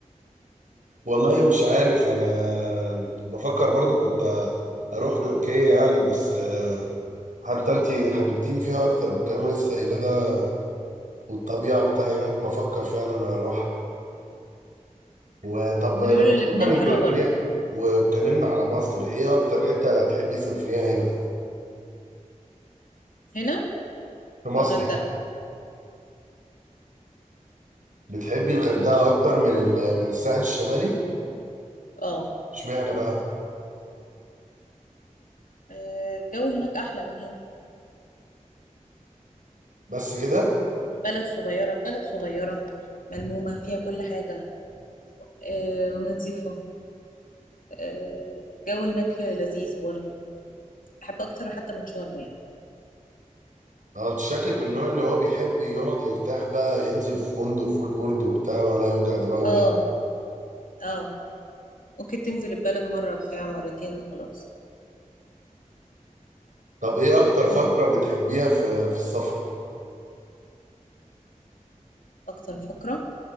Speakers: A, on the right; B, on the left.
A: والله مش عارف انا بفكر برضو كنت اروح تركيا يعني بس آه، حتى انت حببتيني فيها اكتر بالكلام اللي لسه قايله ده والطبيعه وبتاع هناك بفكر فعلا اروح وطب لو
B: بيقولوا
A: سيبنا
B: لبنان
A: من
B: حلوة
A: تركيا
B: برضه
A: واتكلمنا على مصر ايه اكتر حته تحبي تسافريها هنا
B: هنا
A: في مصر
B: في الغردقة
A: بتحبي الغردقه
B: الغ-
A: اكتر من ال- من الساحل الشمالي
B: اه
A: اشمعنى بقى
B: آه، الجو هناك احلى من هنا
A: بس كده
B: بلد صغيرة بلد صغيرة ملمومة فيها كل حاجة آه، ونظيفة آه، الجو هناك لذيذ برضه بحب اكتر حتى من شرم يعني
A: اه انت شكلك من النوع اللي هو بيحب يقعد يرتاح بقى ينزل في فندق فول بورد وبتاع ولا يوجع دماغه
B: اه
A: يعني.
B: اه اوكي تنزل البلد مرة بتاع مرتين وخلاص
A: طب ايه اكتر فتره
B: مم.
A: بتحبيها في في السفر
B: اكتر فقرة